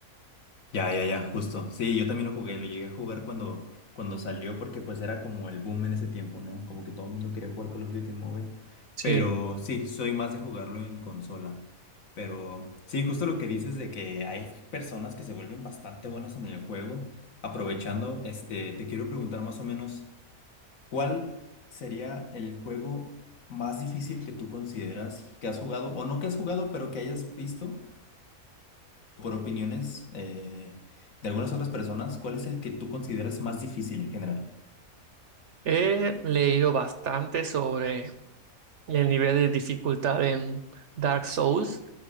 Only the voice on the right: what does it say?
Sí,
he leído bastante sobre el nivel de dificultad en Dark Souls,